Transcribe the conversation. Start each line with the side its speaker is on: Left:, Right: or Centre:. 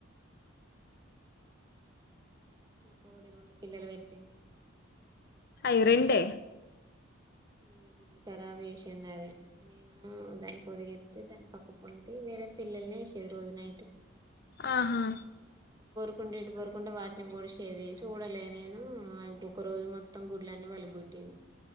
Right: మా కోడి రొండు పిల్లలు పెట్టింది
Left: అయ్యో రెండే
Right: అన్నీ గుడ్లు ఖరాబ్ చేసింది అదే నేనూ దాన్ని పొదిగెత్తి దాని పక్క పాంటీ వేరే పిల్లల్ని ఏసేది రోజునైటు
Left: ఆహా
Right: కుంట ఇటు బొర్రుకుంట వాటిని పొడిశేది చూడలే నేనూ అది ఒక రోజు మొత్తం గుడ్లన్నీ పలగొట్టింది